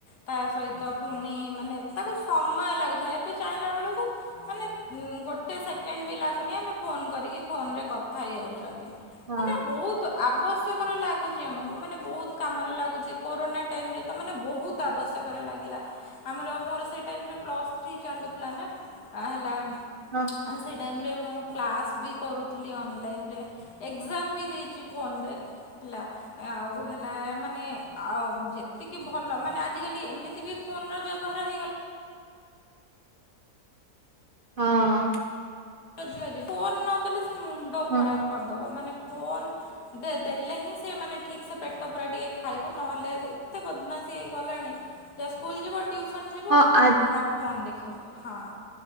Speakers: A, on the left (about 90°); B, on the right (about 50°).
A: ତା ସହିତ ପୁଣି ମାନେ ତାକୁ ସମୟ ଲାଗୁଥିଲା ଏବେ ଚାହିଁଲା ବେଳକୁ ମାନେ ଗୋଟେ ସେକେଣ୍ଡ ବି ଲାଗୁନି ଆମେ ଫୋନ୍ କରିକି କ - ଫୋନରେ କଥା ହେଇଯାଉଛନ୍ତି
B: ହଁ
A: ମାନେ ବହୁତ ଆବଶ୍ୟକ ର ଲାଗ- ଲାଗୁଛି ଆମକୁ ମାନେ ବହୁତ କାମରେ ଲାଗୁଛି କୋରୋନା ଟାଇମ୍ ରେ ତ ମାନେ ବହୁତ ଆବଶ୍ୟକରେ ଲାଗିଲା ଆମର ମୋର ସେଇ ଟାଇମେ ପ୍ଲସ୍ ଥ୍ରୀ ଚାଲୁଥିଲା ନା ହେଲା
B: ହଁ।
A: ଆଉ ସେଇ ଟାଇମରେ ମୁଁ କ୍ଲାସ୍ ବି କରୁଥିଲି ଅନଲାଇନରେ ଏକ୍ଜାମ ବି ଦେଇଛି ଫୋନରେ ହେଲା ଆଉ ହେଲା ମାନେ ଆଉ ଯେତିକି ଭଲ ମାନେ ଆଜିକାଲି ଏମିତି ବି ଫୋନ୍ ର ବ୍ୟବହାର ହେଇଗଲା
B: ହଁ
A: ଆଜିକାଲି ଫୋନ ନଦେଲେ ସେ ମୁଣ୍ଡ
B: ହଁ
A: ଖରାପ କରିଦବ ମାନେ ଫୋନ ଦେଲେ ହିଁ ସେ ମାନେ ଠିକ୍ ସେ ପେଟ ପୂରା ଟିକେ ଖାଇବ ନହେଲେ ଏତେ ବଦମାସି ହେଇ ଗଲାଣି ଯା ସ୍କୁଲ ଯିବ ଟିଉସନ୍ ଯିବ
B: ହଁ ଆଜି
A: ଆଉ ଫୋନ୍ ଦେଖିବ ହଁ